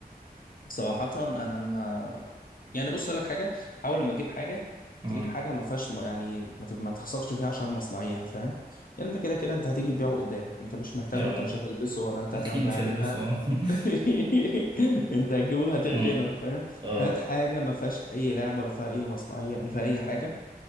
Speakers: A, on the left; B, on the right.
A: صراحة أنا ما يعني بص أقول لك حاجة حاول لما تجيب حاجة
B: امم
A: تجيب حاجة ما فيهاش يعني ما, ت- ما تخسرش فيها عشان المصنعية فاهم يعني أنت كده كده أنت هتيجي تبيعه قدام أنت مش محتاجه
B: اه
A: أنت مش هتلبسه
B: <laughs>
A: ولا أنت
B: اكيد
A: هتعمل
B: مش
A: بيه حاجة
B: هلبسه
A: أنت هت...
B: <laughs>
A: <laughs> أنت هتجيبه هتركنه
B: أمم.
A: فاهم
B: اه
A: هات حاجة ما فيهاش أي لعب ولا فيها أي مصنعية ولا فيها أي حاجة